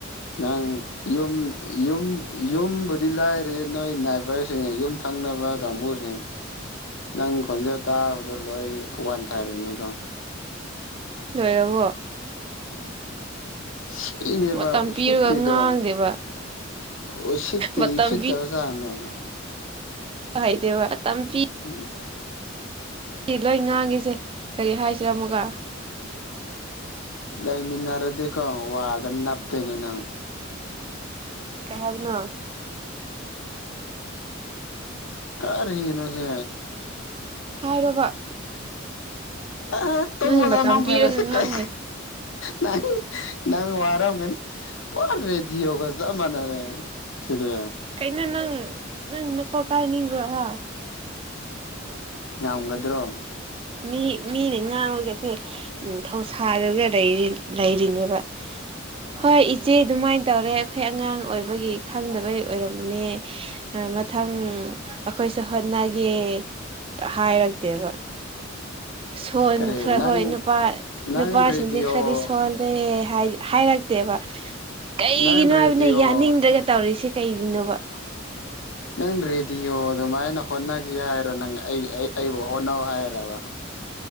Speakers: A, on the left; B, on the right.
A: ꯅꯪ ꯌꯨꯝ ꯌꯨꯝ ꯌꯨꯝꯕꯨꯗꯤ ꯂꯥꯏꯔꯤ ꯅꯣꯏ ꯅꯥꯏꯕꯔꯁ ꯌꯨꯝ ꯊꯪꯅꯕ ꯀꯥꯡꯕꯨꯁꯤꯡ ꯅꯪ ꯈꯣꯟꯖꯦꯜ ꯇꯥꯕꯗꯣ ꯂꯣꯏ ꯋꯥꯟꯊꯔꯅꯤꯀꯣ
B: ꯂꯣꯏꯔꯕꯣ
A: ꯁꯤꯅꯦꯕ
B: ꯃꯇꯝ ꯄꯤꯔꯒ
A: ꯁꯇꯔꯤꯔꯤꯗꯣ
B: ꯉꯥꯡꯗꯦꯕ
A: ꯑꯣ ꯁꯤꯠꯇꯤ
B: ꯃꯇꯝ
A: ꯁꯤꯠꯇꯕꯖꯥꯗꯩꯅ
B: ꯀꯩꯗꯦꯕ ꯇꯄꯤꯤ
A: ꯎꯝ
B: ꯁꯤ ꯂꯣꯏ ꯉꯥꯡꯉꯤꯁꯦ ꯀꯔꯤ ꯍꯥꯏꯁꯤꯔꯝꯃꯨꯒ
A: ꯂꯩꯃꯤꯟꯅꯔꯗꯤꯀꯣ ꯋꯥꯗ ꯅꯞꯇꯣꯏꯅꯦ ꯅꯪ
B: ꯀꯩ ꯍꯥꯏꯕꯅꯦ
A: ꯀꯔꯤꯅꯣꯁꯦ
B: ꯍꯥꯏꯔꯕ
A: ꯑ ꯇꯣꯃꯗꯃꯥꯡ
B: ꯅꯪꯅ ꯃꯇꯝ
A: ꯐꯔꯁꯨꯦ
B: ꯄꯤꯔꯒ ꯉꯥꯡꯕ
A: ꯀꯥꯏ
B: ꯍꯩ
A: ꯅꯡ <unintelligible> ꯅꯪ ꯋꯥꯝꯒꯅꯤ ꯄꯨꯔꯥ ꯔꯦꯗꯤꯌꯑꯣꯒꯖ ꯃꯅꯔ ꯁꯤꯔꯤ
B: ꯀꯩꯅꯩꯅ ꯅꯪ ꯅꯪ ꯅ ꯀꯣ ꯀꯥꯏ ꯅꯤꯡ꯭ꯔꯣꯋꯥ
A: ꯉꯝꯒꯗ꯭ꯔꯣ
B: ꯃꯤ ꯃꯤꯅ ꯉꯥꯡꯕꯒꯁꯦ ꯊꯧꯁꯥꯔꯒ ꯂꯩꯔꯤꯅꯦꯕ ꯍꯣꯏ ꯏꯆꯦ ꯑꯗꯨꯃꯥꯏꯅ ꯇꯧꯔꯦ ꯑꯩꯈꯣꯏ ꯑꯉꯥꯡ ꯑꯣꯏꯕꯒꯤ ꯈꯪꯗꯕꯩ ꯑꯣꯏꯔꯝꯅꯦ ꯃꯊꯪ ꯑꯩꯈꯣꯏꯁꯨ ꯍꯣꯠꯅꯒꯦ ꯍꯥꯏꯔꯛꯇꯦꯕ ꯁꯣꯟ
A: ꯀꯔꯤ
B: ꯈꯔ
A: ꯅꯪ
B: ꯍꯣꯏ ꯅꯨꯄꯥ
A: ꯅꯪ
B: ꯅꯨꯄꯥꯁꯤꯡꯁꯦ
A: ꯔꯦꯗꯤꯑꯣ
B: ꯈꯔꯗꯤ ꯁꯣꯜꯂꯦ ꯍꯥꯏꯔꯛꯇꯦꯕ
A: <unintelligible>
B: ꯀꯩꯒꯤꯅꯣ
A: ꯅꯪ ꯔꯦꯗꯤꯑꯣ
B: ꯍꯥꯏꯕꯅ ꯌꯥꯅꯤꯡꯗ꯭ꯔꯒ ꯇꯧꯔꯤꯁꯦ ꯀꯩꯒꯤꯅꯣꯕ
A: ꯅꯪ ꯔꯦꯗꯤꯑꯣ ꯑꯗꯨꯃꯥꯏꯅ ꯍꯣꯠꯅꯒꯦ ꯍꯥꯏꯔꯣ ꯅꯪ ꯑꯩ ꯑꯩ ꯑꯩꯕꯨ ꯍꯣꯠꯅꯧ ꯍꯥꯏꯔꯕ